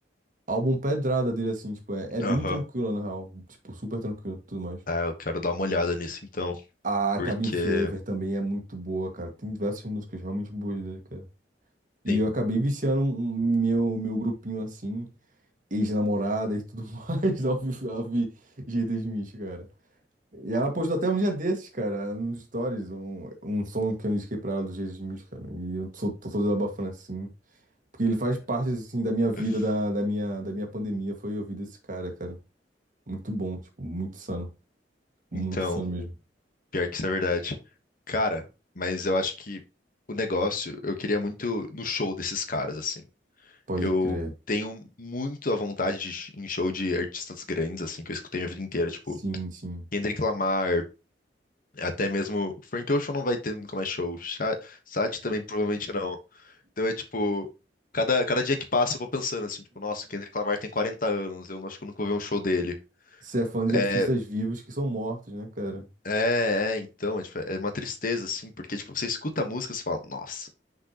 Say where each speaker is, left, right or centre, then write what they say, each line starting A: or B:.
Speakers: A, on the right; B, on the left.
A: Álbum pedrada dele, assim, tipo, é, é
B: Aham.
A: bem tranquila, na real. Tipo, super tranquilo, tudo mais.
B: Ah, eu quero dar uma olhada nisso então,
A: A
B: porque
A: Cabin Fever também é muito boa, cara. Tem diversas músicas realmente boas dele, cara. E
B: tem.
A: eu acabei viciando um- um meu, meu grupinho, assim, ex-namorada e tudo <laughs> mais, ao ouvir, ao ouvir G.D. Smith, cara. E ela postou até um dia desses, cara, nos stories, um, um som que eu indiquei pra ela do G.D. Smith, cara. E eu tô, tô todo abafando, assim. Porque ele faz parte, assim, da minha vida,
B: <laughs>
A: da, da minha, da minha pandemia, foi ouvir esse cara, cara. Muito bom, tipo, muito sano. Muito
B: Então,
A: sano mesmo.
B: pior que isso é verdade. Cara, mas eu acho que o negócio, eu queria muito no show desses caras, assim.
A: Pode
B: Eu
A: crer.
B: tenho muito a vontade de ir em show de artistas grandes, assim, que eu escutei a vida inteira, tipo,
A: Sim, sim.
B: Kendrick Lamar, Até mesmo o Frank Ocean não vai ter nunca mais show. Sha- Sade também provavelmente não. Então é tipo, cada, cada dia que passa eu vou pensando assim, tipo, nossa, o Kendrick Lamar tem 40 anos, eu não acho que eu nunca vou ver um show dele.
A: Você é fã de
B: É,
A: artistas vivos que são mortos, né, cara?
B: é, é, então, é, tipo, é uma tristeza assim, porque tipo, você escuta a música e você fala, nossa,